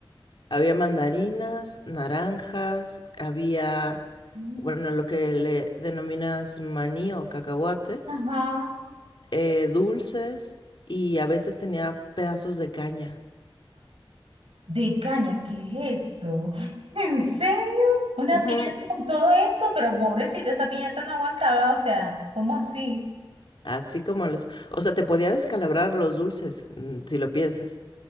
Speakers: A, on the left (about 60°); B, on the right (about 80°).
A: Había mandarinas, naranjas, había,
B: Mm.
A: bueno, lo que le denominas maní o cacahuates,
B: Ajá.
A: eh, dulces y a veces tenía pedazos de caña.
B: De caña, ¿qué es eso? <laughs> ¿En serio? Una
A: Ujú,
B: piñata con todo eso, pero pobrecita, esa piñata no aguantaba, o sea, ¿cómo así?
A: Así como los... O sea, te podía descalabrar los dulces, mm, si lo piensas.